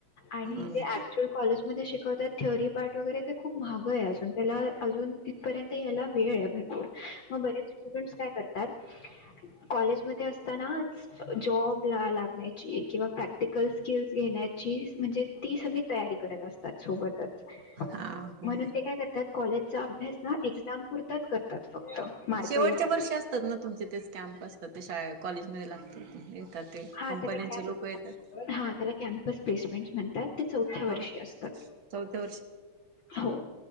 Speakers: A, on the left (about 60°); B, on the right (about 55°).
A: आणि
B: हम्म
A: ते ऍक्चुअल कॉलेजमध्ये शिक शिकवतात थेअरी पार्ट वगैरे ते खूप मागं आहे अजून, त्याला अजून तिथपर्यंत यायला वेळ आहे भरपूर म बरेच स्टुडंट्स काय करतात कॉलेजमध्ये असतानाच जॉबला लाग ण्याची किंवा प्रॅक्टिकल स्किल घेण्याची म्हणजे ती सगळी तयारी करत असतात सोबतच,
B: हा ह
A: म्हणून ते काय करतात कॉलेज चा अभ्यास ना एक्झाम पुरताच करतात फक्त. मार्क
B: शेवटचे
A: येण्या
B: वर्ष असतात ना तुमचे ते स्कॅम्प असतात, ते शाळेत कॉलेजमध्ये लागतात ते. ते
A: हां
B: कंपन्यांचे
A: त्याला
B: लोक येतात.
A: कॅम्प हां त्याला कॅम्पस प्लेसमेंट म्हणतात, ते चौथ्या वर्षी
B: हा
A: असतं
B: चौथ्या
A: हो.